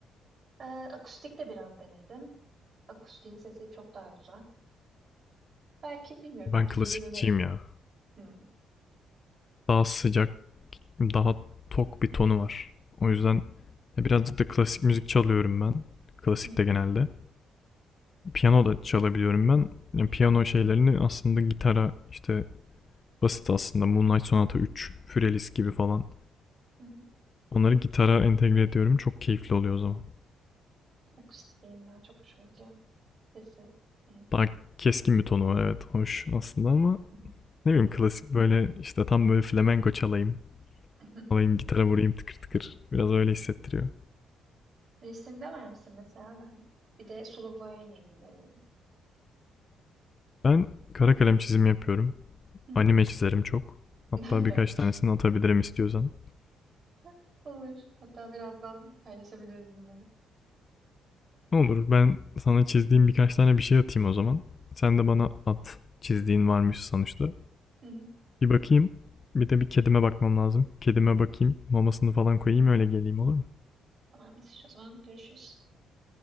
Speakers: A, on the right (about 45°); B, on the left (about 40°).
A: Ee, akustik de biraz denedim. Akustiğin sesi çok daha güzel. Belki bilmiyorum
B: Ben
A: belki
B: klasikçiyim
A: geri dönerim.
B: ya.
A: Hmm.
B: Daha sıcak, daha tok bir tonu var. O yüzden birazcık da klasik müzik çalıyorum ben. Klasik
A: Hmm.
B: de genelde. piyano da çalabiliyorum ben. Yani piyano şeylerini aslında gitara işte basit aslında Moonlight Sonata 3, Fürelis gibi falan.
A: Hı hı.
B: Onları gitara entegre ediyorum. Çok keyifli oluyor o zaman.
A: Akustik benim daha çok hoşuma gidiyor. Sesi yani.
B: Daha keskin bir tonu var evet. Hoş aslında ama
A: Hı
B: ne bileyim klasik böyle işte tam böyle flamenko çalayım.
A: hı.
B: Alayım
A: <laughs>
B: gitara vurayım tıkır tıkır. Biraz öyle hissettiriyor.
A: Resimde var mısın mesela ben? Bir de sulu boyayla ilgileniyorum.
B: Ben kara kalem çizimi yapıyorum.
A: Hmm.
B: Anime çizerim çok. Hatta
A: Ben
B: birkaç
A: de.
B: tanesini atabilirim istiyorsan.
A: <laughs> Olur. Hatta birazdan paylaşabiliriz bunları.
B: Ne olur ben sana çizdiğim birkaç tane bir şey atayım o zaman. Sen de bana at. Çizdiğin varmış sonuçta.
A: Hı hı.
B: Bir bakayım. Bir de bir kedime bakmam lazım. Kedime bakayım. Mamasını falan koyayım öyle geleyim olur mu?
A: Tamamdır. O zaman görüşürüz.